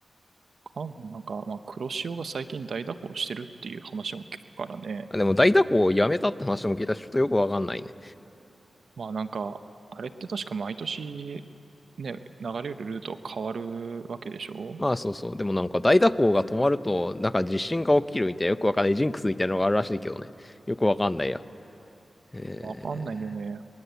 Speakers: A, on the right (about 75°); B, on the left (about 25°).
A: かなんか、まあ、黒潮が最近大蛇行してるっていう話も聞くからね。
B: あ、でも大蛇行をやめたって話も聞いたし、ちょっとよくわかんないね。
A: まあなんか、あれって確か毎年ね、流れるルート変わるわけでしょ
B: まあそうそう。でもなんか大蛇行が止まると、なんか地震が起きるみたいな、よくわかんないジンクスみたいなのがあるらしいけどね。よくわかんないや。え
A: わかんないんだよね。